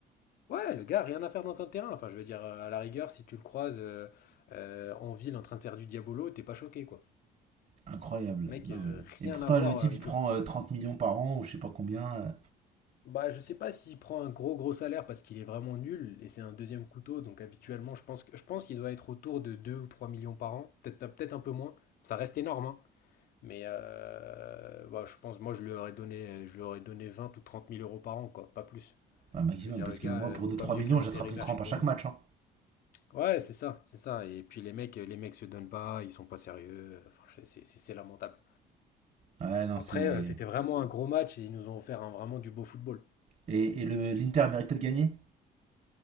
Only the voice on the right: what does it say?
Incroyable.
Non,
mais... Et
pourtant,
le type,
il prend
euh, 30 millions par an, ou je sais pas combien, euh,
un maximum,
parce
que moi,
pour
deux
trois
millions,
j'attrape
une crampe
à chaque match. Hein.
Ouais, non,
c'est...
Et, et le, l'Inter méritait de gagner